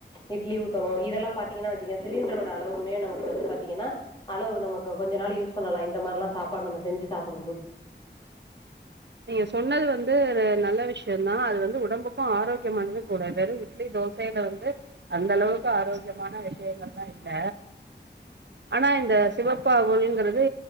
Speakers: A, on the left (about 25°); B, on the right (about 70°).
A: இட்லி ஊத்தணு இதெல்லா பாத்தீங்கன்னா வச்சுக்கியே சிலிண்டரோட அளவுமே நமக் கு பாத்தீங்கன்னா அளவு நமக்கு கொஞ்ச நாள் யூஸ் பண்ணலா இந்த மாரில்லா சாப்பாடு நம்ம செஞ்சு சாப்புடும்போது
B: நீங்க சொன்னது வந்து நல்ல விஷியந்தா அது வந்து ஒடம்புக்கு ஆரோக்கியமானது கூட வெறு இட்லி தோசைல வந்து அந்த அளவுக்கு ஆரோக்கியமான விஷியங்கல்லா இல்ல ஆனா இந்த சிவப்பு அவுல்ங்குறது